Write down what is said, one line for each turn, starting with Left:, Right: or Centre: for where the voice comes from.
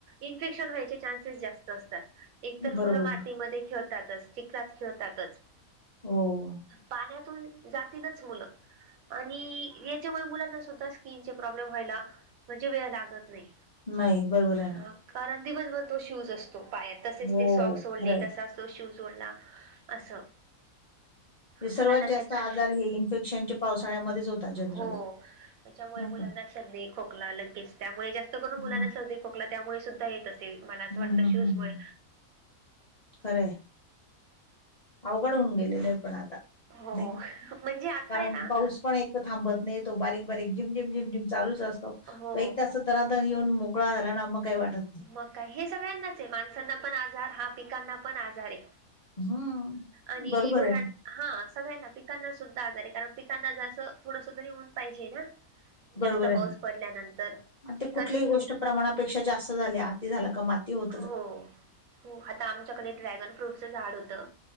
Right: इन्फेक्शन व्हायचे चान्सेस जास्त असतात. एकतर मुलं
Left: बरोबर
Right: मातीमध्ये
Left: आहे.
Right: खेळतातच, चिखलात खेळतातच.
Left: हो.
Right: पाण्यातून जातीलच मुलं आणि याच्यामुळे मुलांना सुद्धा स्किनचे प्रॉब्लेम व्हायला म्हणजे वेळ लागत नाही.
Left: नाही, बरोबर आहे
Right: हा
Left: ना.
Right: कारण दिवसभर तो शूज असतो पायात. तसेच
Left: हो,
Right: ते सॉक्स ओले,
Left: खरं आहे.
Right: तसाच तो शूज ओला. असं.
Left: ते सर्वात
Right: मुलांना
Left: जास्त
Right: त्याच्या
Left: आजार हे इन्फेक्शनच्या पावसाळ्यामध्येच होता जनरली.
Right: हो. त्याच्यामुळे
Left: नाही
Right: मुलांना
Left: का?
Right: सर्दी, खोकला लगेच, त्यामुळे जास्त करून
Left: हं,
Right: मुलांना सर्दी, खोकला त्यामुळे सुद्धा येत अस ते. मला असं
Left: हं,
Right: वाटत
Left: हं,
Right: शूजमुळे
Left: हं, हं. खरं आहे. अवघड होऊन गेलेले आहे पण आता.
Right: हो
Left: नाही का,
Right: म्हणजे आता
Left: कारण
Right: आहे ना
Left: पाऊस पण एक तर थांबत नाही. तो बारीक बारीक जिम जिम जिम जिम चालूच अस तो
Right: हो.
Left: एक तास दणादण येऊन मोकळा झाला ना, मग काय वाटत नाही.
Right: मग का, हे सगळ्यांनाच आहे माणसांना पण आजार. हा पिकांना पण आजारे.
Left: हं,
Right: आणि
Left: बरोबर
Right: धोराण
Left: आहे.
Right: हा सगळ्यांना पिकांना सुद्धा आजार आहे, कारण पिकांना जसं थोडस तरी ऊन पाहिजे ना.
Left: बरोबर
Right: जास्त पाऊस
Left: आहे ना.
Right: पडल्यानंतर,
Left: आणि ते
Right: पिकाशी
Left: कुठलीही गोष्ट
Right: हिर
Left: प्रमाणापेक्षा जास्त झाली, आती झाला का माती होते.
Right: हो हो, आता आमच्याकडे ड्रॅगन फ्रूटचं झाड होतं